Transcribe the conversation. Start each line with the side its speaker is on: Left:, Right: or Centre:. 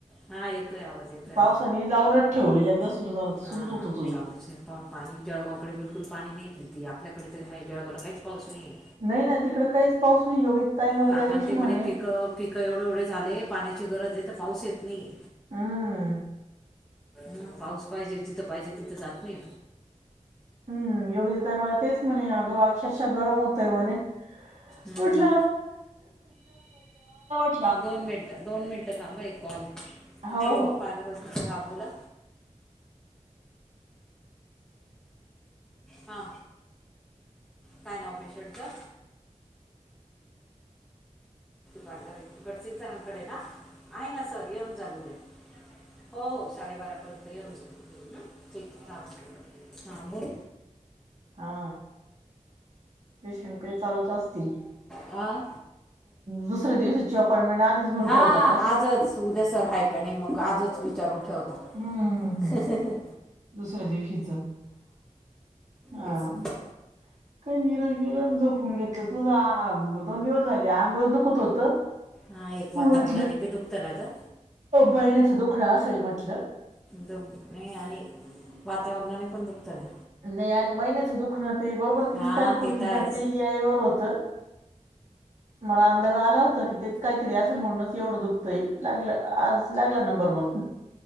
Centre: हा येतोय आवाज येतोय
Right: पावसाने लावूनच ठेवलंय एकदा सुरू झाला तर सुरूच
Centre: हा
Right: होतो तोही.
Centre: चालूच हे. पाणी जळगावकडे बिलकुल पाणी नाही प्रीती आपल्याकडे तरी आहेा जळगावला काहीच पाऊस नाहीये.
Right: नाही ना तिकड काहीच पाऊस नाही योगी ताय मला
Centre: काकांते
Right: त्या दिवशी
Centre: ते
Right: म्हणे.
Centre: पिकं पिकं एवढे एवढे झाले, पाण्याची गरज आहे तर पाऊस येत नाही.
Right: हम्म
Centre: ह पाऊस पाहिजे जिथं पाहिजे तिथं जात नाही.
Right: हम्म योगिताताई गरज आहे मला तेच म्हणे अगं अक्षरशः गरम होतय म्हणे
Centre: हम्म.
Right: म्हट <unintelligible>
Centre: दोन मिनिटं दोन मिनिटं थांब एक कॉल
Right: हो
Centre: हॅलो
Right: हो
Centre: मायनर हॉस्पिटल हा बोला हा काय नाव पेशंटचं? पाठार गटसिंग सरांकडे ना आहे ना सर येऊन जा उद्या. हो साडेबारापर्यंत येऊन जा ह ठीक ह हां बोल.
Right: हा पेशंटकही चालूच असतील.
Centre: हां
Right: दुस्या दिवसाची अपॉइंटमेंट आधीच. घेऊन
Centre: हा
Right: ठेवता का?
Centre: आजच उद्या सर आहेय का नाही मग आजच विचारून ठेवता.
Right: हम्म. हम्म.
Centre: ह, हह.
Right: दुसऱ्या दिवशीच हा.
Centre: तेच ना
Right: काही निरश गेलं जपून घेतलं तर दोन दिवस झाले अंग दुखत होत.
Centre: हां हे वातावरणाने
Right: म्हटलं,
Centre: बी दुखतं ना गं
Right: बहिणीच दुखणं असेल म्हटल.
Centre: दु म नई आणि. वातावरणाने पण दुखतं ना.
Right: नाही आणि महिन्याचं दुख न ते बरोबर तीस
Centre: हां
Right: तारीख होती
Centre: ते तर आहेच
Right: ना ते वेळेवर होतं. मला अंदाज आला होता की तेच काहीतरी असल म्हणूनच एवढं दुःख. ते लागलं आज लागला नंबर मग.